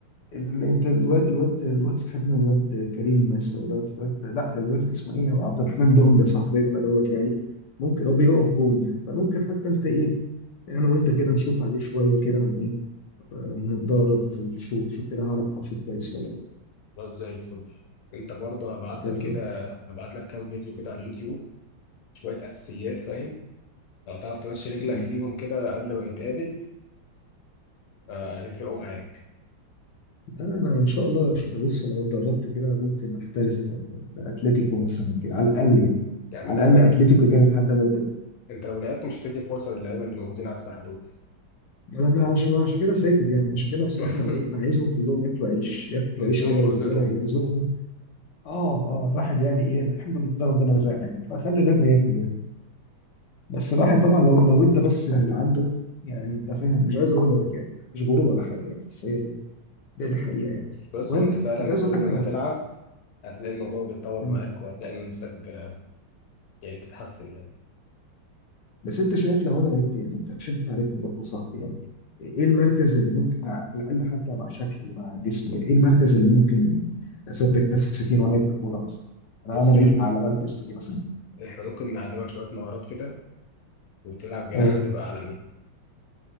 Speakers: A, on the left; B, on the left.
A: ال- انت الواد الواد الواد صاحبنا الواد كريم اسمه ايه دوت الواد لا الواد اسمه ايه عبد الرحمن دونجا صاحبنا دوت يعني ممكن هو بيقف جون يعني فممكن حتى انت ايه انا وانت كده نشوط عليه شويه كده ون- ايه نتدرب في الشوط شوف كده هعرف اشوط كويس ولا لا
B: خلاص زي الفل انت برضه هبعت
A: زي
B: لك
A: الفل
B: كده هبعت لك كام فيديو كده على اليوتيوب شوية أساسيات فاهم لو تعرف تمشي رجلك
A: مم.
B: فيهم كده قبل ما نتقابل آه، هتفرقوا معاك
A: انا ان شاء الله لو- بص لو اتدربت كده ممكن احترف في في اتلتيكو مثلا كده على الاقل يعني
B: يا عم
A: على
B: انت كده
A: الاقل اتلتيكو
B: انت
A: كده لحد ما ربنا
B: انت لو لعبت مش هتدي فرصة للعيبة اللي موجودين على الساحة دول
A: انا ما- عشان عشان كده ساكت يعني عشان كده بصراحه
B: <laughs>
A: انا عاي- انا عايزهم كلهم ياكلوا عيش ياكلوا
B: نديهم
A: عيش كده
B: فرصتهم
A: وربنا يرزقهم اه اه الواحد يعني ايه الحمد لله ربنا رزقنا يعني فخلي غيرنا ياكل يعني بس الواحد طبعا لو لو ادى بس اللي عنده يعني انت فاهم مش عايز اقول لك يعني مش غرور ولا حاجه يعني بس هي ال- ده الحقيقه يعني
B: بس
A: المهم
B: هو انت فعلا
A: كنت عايز
B: كل
A: اقول لك
B: ما
A: حاجه
B: تلعب هتلاقي الموضوع بيتطور
A: بقى
B: معاك وهتلاقي نفسك آه، يعني تتحسن يعني
A: بس انت شايف لو انا لعبت يعني انت عشان تعرفني برضه صاحبي يعني ايه المركز اللي ممكن مع على الاقل حتى مع شكلي مع جسمي يعني ايه المركز اللي ممكن اثبت نفسي فيه وانا لعبت كوره مثلا انا
B: بص
A: انا لايق
B: احنا
A: على مركز ايه مثلا
B: احنا ممكن نعلمك شوية مهارات كده وتلعب جناح
A: اه
B: هتبقى عالمي